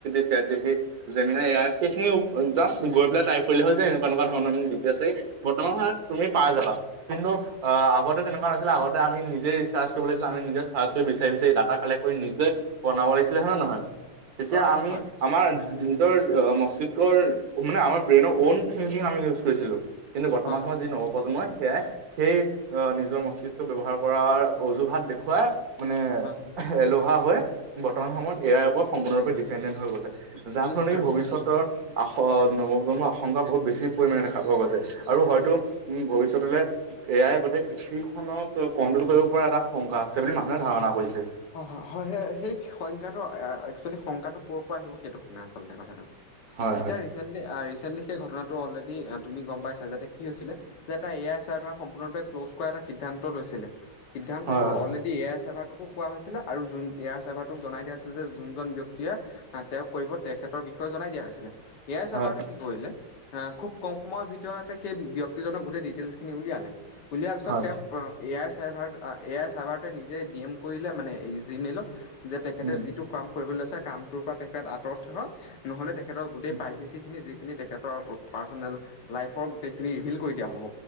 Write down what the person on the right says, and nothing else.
state G B, Gemini AI সেইখিনি জাষ্ট গৈ পেলাই টাইপ কৰিলে হ'ল যে এনেকুৱা-এনেকুৱা ধৰণৰ <unintelligible> আছে বৰ্তমান হয় তুমি পাই যাবা কিন্তু অ, আগতে তেনেকুৱা নাছিলে আগতে আম নিজেই ৰিচাৰ্চ কৰিব লাগছিলে আমি নিজে চাৰ্চ কৰি বিচাৰি-বিচাৰি ডাটা কালেক্ট কৰি নিজে বনাব লাগিছিলে হয় নে নহয় তেতিয়া
আমি
আমাৰ নিজৰ মস্তিষ্কৰ মানে আমাৰ ব্ৰেইনৰ ঔন থিংকিং আমি ইউজ কৰিছিলোঁ। কিন্তু বৰ্তমান
সময়ত
যি নৱপ্ৰজন্মই সেয়াই সেই অ, নিজৰ মস্তিষ্ক ব্যৱহাৰ কৰাৰ অজুহাত দেখুৱাই
মানে
এলেহুৱা হৈ বৰ্তমান সময়ত এ আই ওপৰত সম্পূৰ্ণৰূপে ডিপেণ্ডেণ্ট হৈ গৈছে যাৰ
ফলত নেকি
ভৱিষ্যতৰ
আস নৱ জন্মৰ আশংকা বহুত বেছি পৰিমাণে দেখা পোৱা গৈছে আৰু হয়তো
উম, ভৱিষ্যতলে এ আই গোটেই কৃষি খনক কন্ট্ৰল কৰিব পৰা এটা শংকা আছে বুলি মানুহে ধাৰণা কৰিছে।
হয়
হয়
হয় হয়
হয়
হয়।
উম,
উম,